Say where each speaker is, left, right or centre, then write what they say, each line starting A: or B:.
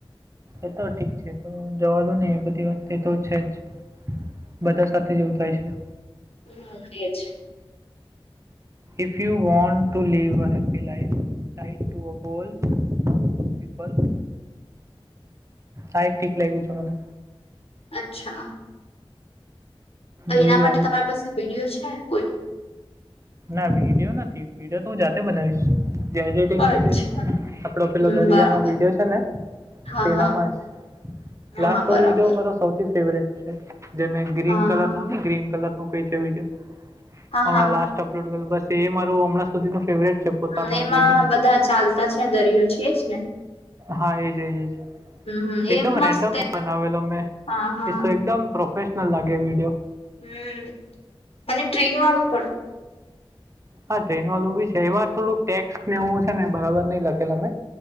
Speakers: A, on the right (about 30°); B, on the left (about 85°).
A: એ તો ઠીક છે તો જવા દો નહી એ બધી વાત તો છે જ. બધા સાથે એવું થાય છે.
B: હમ્મ એ જ.
A: If you want to live a happy life tight to a goal to people આ એ ઠીક લાગ્યું છે મને.
B: અચ્છા. તો
A: જોઈએ
B: એના માટે
A: હવે
B: તમારી પાસે વિડીયો છે કોઈ.
A: ના વિડીયો નથી વિડીયો તો હું જાતે બનાવીશ. જ એડિટિંગ
B: અચ્છા.
A: છે તેજ આપડો પેલો
B: હમ
A: દરિયા
B: બરાબર
A: નો વિડિયો છે ને
B: હા
A: તેનામાં
B: હા
A: જ લાસ્ટ
B: હા બરાબર
A: વાળો વિડિયો મારો સૌથી ફેવરેટ છે જે મે ગ્રીન
B: હા
A: કલર
B: હા
A: નો ગ્રીન કલર નું કઈ છે <unintelligible> હમણાં
B: હા હા.
A: લાસ અપલોડ કરું બસ એ મારું હમણાં સુધીનું ફેવરેટ છે. પોતાનું
B: હ એમાં
A: એડિટિંગ
B: બધા ચાલતા છે દરિયો છે જ ને.
A: હા એજ એજ જ
B: હમ હમ એ
A: એકદમ
B: મસ્ત
A: રેન્ડમ
B: એ તો
A: બનાવેલો મેં
B: હા હા
A: એ સો એકદમ પ્રોફેશનલ લાગે વિડીયો.
B: હમ્મ અને ટ્રેન વાળું પણ.
A: હા ટ્રેન વાલું બી છે એમાં થોડુંક ટેક્સ નેવું છે ને બરાબર નઈ લખેલ ને.